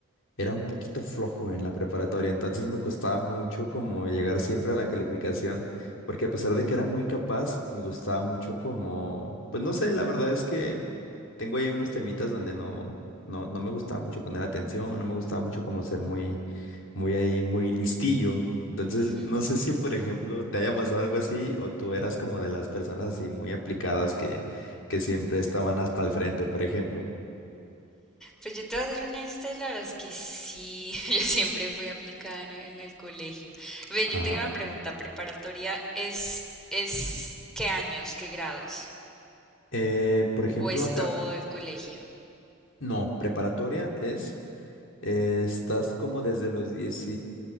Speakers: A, on the left (about 60°); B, in the centre.
A: era un poquito flojo en la preparatoria, entonces me costaba mucho como llegar siempre a la calificación, porque a pesar de que era muy capaz, me gustaba mucho como, pues no sé, la verdad es que tengo ahí unos temitas donde no, no, no me gustaba mucho poner atención, no me gustaba mucho como ser muy, muy ahí, muy listillo. Entonces,
B: Ujú.
A: no sé si, por ejemplo, te haya pasado algo así o tú eras como de las personas así muy aplicadas que, que siempre estaban hasta el frente, por ejemplo.
B: Pues yo te voy a ser honesta y la verdad es que sí, <laughs> yo siempre fui aplicada en, en el colegio. Ven,
A: Ajá.
B: yo tengo una pregunta, ¿preparatoria es, es qué años, qué grados?
A: Eh, por ejemplo,
B: ¿O es
A: acá,
B: todo el colegio?
A: No, preparatoria es, eh, estás como desde los diez,